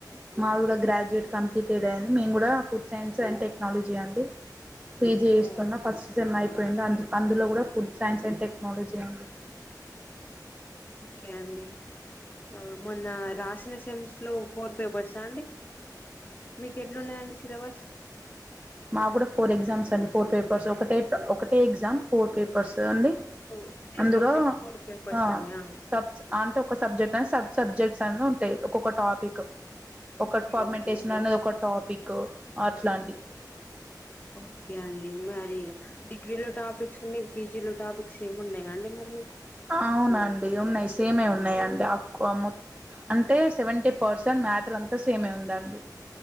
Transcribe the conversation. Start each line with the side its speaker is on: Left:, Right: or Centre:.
Right: మాది కూడా గ్రాడ్యుయేట్ కంప్లీట్యిడ్ అయింది మేము కూడా ఫుడ్ సైన్స్ అండ్ టెక్నాలజీ అండి పీజీ చేస్తున్న
Left: ఓ
Right: ఫస్ట్ సేమ్ అయిపోయింది అందు అందులో కూడా ఫుడ్ సైన్స్ అండ్ టెక్నాలజీ అండి
Left: ఓకే అండి ఆ మొన్న రాసిన సేమ్స్ లో ఫోర్ పేపర్సా అండి మీకు ఎట్లున్నదండి సిలబస్
Right: మాకు కూడా ఫోర్ ఎగ్జామ్స్ అండి ఫోర్ పేపర్స్ ఒకటే ఒకటే ఎగ్జామ్ ఫోర్ పేపర్స్ అండి
Left: ఒకటే
Right: అందులో
Left: సబ్జెక్ట్ ఫోర్ పేర్సన్యా
Right: ఆ సబ్ అంటే ఒక సబ్జెక్ట్ అనే సబ్ సబ్జెక్ట్స్ అనే ఉంటాయి ఒక్కొక్క టాపిక్ ఒకటి
Left: ఓకే
Right: ఫార్మటేషన్
Left: ఓకే
Right: అనేది ఒక టాపిక్ అట్లాంటి
Left: ఓకే అండి మరి డిగ్రీ లో టాపిక్స్ ఉన్నాయి పీజీ లో టాపిక్స్ ఏమి ఉన్నాయా అండి మరి మీకు
Right: అవునండి ఉన్నాయి సేమే ఉన్నాయిండి ఆఫ్కో అంటే సెవెంటీ పర్సెంట్ మ్యాటర్ అంతా సేమే ఉందండి